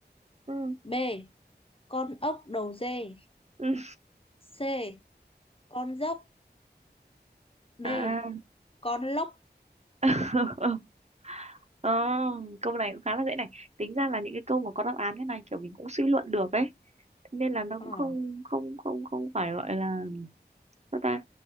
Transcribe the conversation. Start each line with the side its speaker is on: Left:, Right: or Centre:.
Right: Ừ.
Left: B con ốc đầu dê
Right: ừ.
Left: C con dốc D
Right: À,
Left: con lốc
Right: <laughs> ờ, câu này cũng khá là dễ này. Tính ra là những cái câu mà có đáp án thế này kiểu mình cũng suy luận được ấy. Thế Nên là nó
Left: à
Right: cũng không không không không phải gọi là sao ta